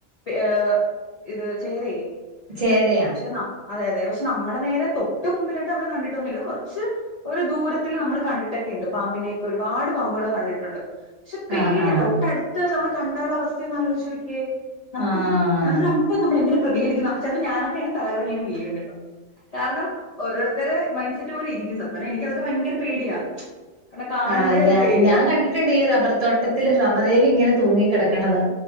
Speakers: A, on the left; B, on the right.
A: ഹേ ഇത് ചേരയെ
B: ചേരയാ
A: പക്ഷെ അതെ അതെ പക്ഷെ നമ്മുടെ നേരെ തൊട്ട് മുമ്പിലായിട്ട് നമ്മള് കണ്ടിട്ടൊന്നുമില്ല കുറച്ച് ഒരു ദൂരത്തിൽ നമ്മൾ കണ്ടിട്ടൊക്കെയുണ്ട് പാമ്പിനെയൊക്കെ ഒരുപാട് പാമ്പുകൾ കണ്ടിട്ടുണ്ട് പക്ഷെ പേടിയ
B: ആഹ് ആഹ്
A: തൊട്ടടുത്ത് നമ്മള് കണ്ട ഉുള്ള അവസ്ഥയന്ന് ആലോചുോക്കേ നമുക്ക്
B: ആഹ്
A: നമുക്ക് അപ്പ നമ്മള എങ്ങനെ പ്രതികരിക്ക ചിലപ്പോ ഞാനൊക്കെയാണ് തലറങ്ങ വീും കിട്ടത് കാരണം ഓരോരുത്തർ മൈൻഡ് സെറ്റ് പോലെ ഇരിക്കും ന എനിിക്കതൊക്കെ ഭയങ്കര പേടിയാ കാരണം കാണുമ്പോഴേ
B: ആ് ഞാ
A: ഒരു പേടിയാ
B: ഞാൻ കണ്ടിട്ടുണ്ട് ഈ റബ്ബർ തോട്ടത്തില്ൽ റബ്ബറേൽ ഇങ്ങനെ തൂങ്ങി കിടക്കണത്